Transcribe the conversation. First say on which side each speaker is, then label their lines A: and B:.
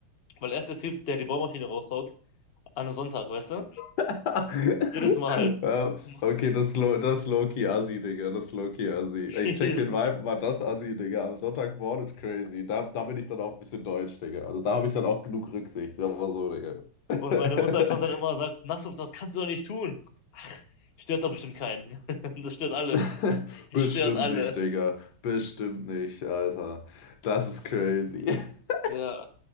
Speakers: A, on the left; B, on the left.
A: Weil er ist der Typ, der die Bohrmaschine raushaut an einem Sonntag, weißt du?
B: <laughs>
A: Jedes Mal.
B: Ja,
A: <laughs>
B: Okay, das ist low, das ist low-key Assi, Digga. Das ist low-key Assi. Ich
A: Jedes
B: check den
A: Mal.
B: Vibe, war das Assi, Digga. Am Sonntagmorgen ist crazy. Da, da bin ich dann auch ein bisschen deutsch, Digga. Also da habe ich dann auch genug Rücksicht. Sagen wir mal so, Digga. <laughs>
A: Und meine Mutter kommt dann immer und sagt, Nassuf, das kannst du doch nicht tun. Ach, stört doch bestimmt keinen. <laughs> Das stört alle.
B: <laughs>
A: Es
B: Bestimmt
A: stört alle.
B: nicht, Digga. Bestimmt nicht, Alter. Das ist crazy. <laughs>
A: Ja,